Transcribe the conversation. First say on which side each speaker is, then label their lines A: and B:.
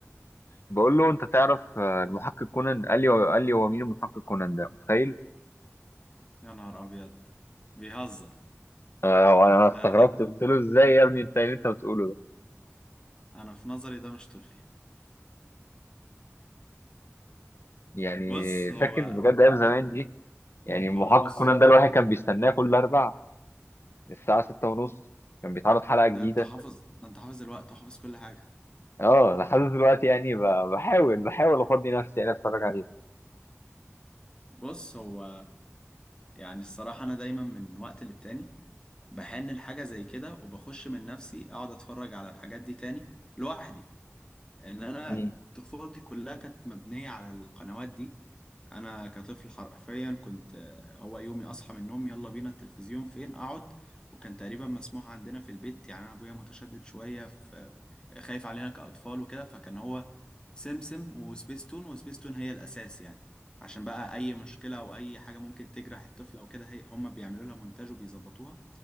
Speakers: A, on the left; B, on the left.
A: بقول له انت تعرف آه، المحقق كونان قال لي قال لي هو مين المحقق كونان ده متخيل
B: يا نهار ابيض بيهزر
A: آه وانا استغربت
B: ده ده
A: قلت له ازاي يا ابني انت إيه اللي انت بتقوله ده
B: انا في نظري ده مش طفل
A: يعني
B: بص هو
A: فاكر بجد ايام زمان دي يعني المحقق
B: هو بص
A: كونان ده الواحد كان بيستناه كل اربع الساعه 6:30 كان بيتعرض حلقه جديده
B: ده انت حافظ ده انت حافظ الوقت وحافظ كل حاجة
A: اه لحد دلوقتي يعني ب- بحاول بحاول افضي نفسي يعني اتفرج عليه
B: بص هو يعني الصراحة انا دايما من وقت للتاني بحن لحاجة زي كده وبخش من نفسي اقعد اتفرج على الحاجات دي تاني لوحدي ان انا
A: مم.
B: طفولتي كلها كانت مبنيه على القنوات دي انا كطفل حرفيا كنت آه، هو يومي اصحى من النوم يلا بينا التلفزيون فين اقعد وكان تقريبا مسموح عندنا في البيت يعني انا ابويا متشدد شويه في خايف علينا كاطفال وكده فكان هو سمسم وسبيستون وسبيستون هي الاساس يعني عشان بقى اي مشكله او اي حاجه ممكن تجرح الطفل او كده هي هم بيعملوا لها مونتاج وبيظبطوها